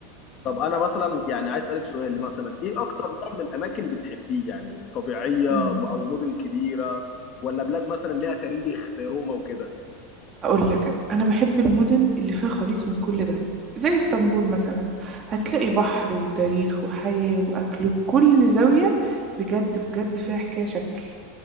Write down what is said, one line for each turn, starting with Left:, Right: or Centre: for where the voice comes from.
Left: طب انا مثلا يعني عايز اسالك سؤال مثلا ايه اكتر نوع من الاماكن بتحبيه يعني طبيعيه
Right: اه
Left: او مدن كبيره ولا بلاد مثلا ليها تاريخ زي روما وكده
Right: اقول لك انا أنا بحب المدن اللي فيها خليط من كل ده زي اسطنبول مثلا هتلاقي بحر وتاريخ وحياة واكل وكل زاوية بجد بجد فيها حكاية شكل